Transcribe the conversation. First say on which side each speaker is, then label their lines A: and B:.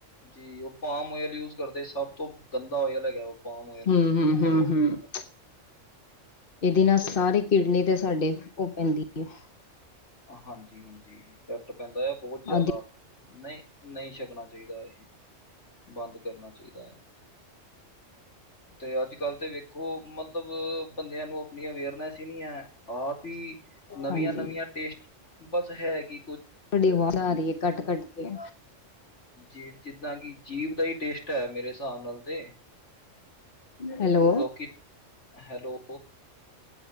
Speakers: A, on the left; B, on the left.
A: ਜੀ ਉਹ ਪਾਮ ਓਇਲ ਯੂਜ ਕਰਦੇ ਸਭ ਤੋਂ ਗੰਦਾ ਓਇਲ ਹੈਗਾ ਉਹ। Palm oil.
B: ਹਮ ਹਮ ਹਮ ਹਮ। ਇਹਦੇ ਨਾਲ ਸਾਰੇ ਕਿਡਨੀ ਤੇ ਸਾਡੇ ਉਹ ਪੈਂਦੀ ਹੈ।
A: ਹਾਂਜੀ ਹਾਂਜੀ ਇਫੈਕਟ ਪੈਂਦਾ ਆ ਬਹੁਤ ਜ਼ਿਆਦਾ।
B: ਆਦਿ।
A: ਨਹੀਂ ਨਹੀਂ ਛਕਣਾ ਚਾਹੀਦਾ ਇਹ ਬੰਦ ਕਰਨਾ ਚਾਹੀਦਾ ਆ। <inaudible> <inaudible> ਤੇ ਅੱਜ ਕੱਲ੍ਹ ਤੇ ਵੇਖੋ ਮਤਲਬ ਬੰਦਿਆਂ ਨੂੰ ਆਪਣੀ ਅਵੇਅਰਨੈਸ ਹੀ ਨਹੀਂ ਹੈ ਆਪ ਹੀ। ਨਵੀਆਂ
B: ਹਾਂਜੀ।
A: ਨਵੀਆਂ ਟੇਸਟ ਬਸ ਹੈ ਕੀ।
B: ਤੁਹਾਡੀ ਆਵਾਜ਼ ਆ ਰਹੀ ਹੈ ਕੱਟ ਕੱਟ ਕੇ।
A: ਜੀ ਜਿੱਦਾਂ ਕਿ ਜੀਭ ਦਾ ਹੀ ਟੇਸਟ ਹੈ ਮੇਰੇ ਹਿਸਾਬ ਨਾਲ ਤੇ।
B: ਹੈਲੋ,
A: ਲੋਕੀ ਹੈਲੋ।